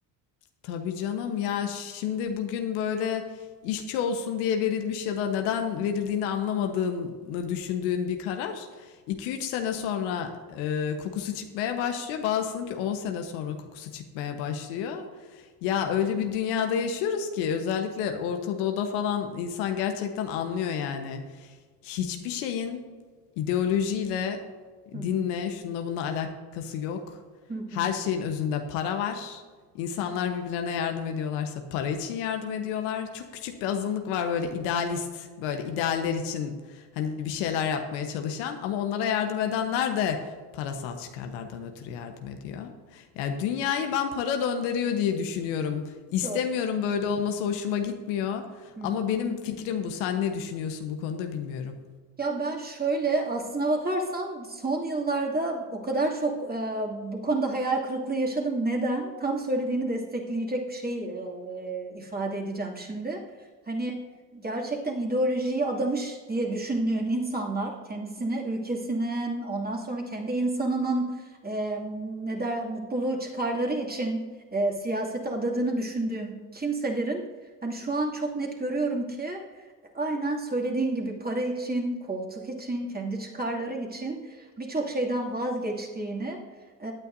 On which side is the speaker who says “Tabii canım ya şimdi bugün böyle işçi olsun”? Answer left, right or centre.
Left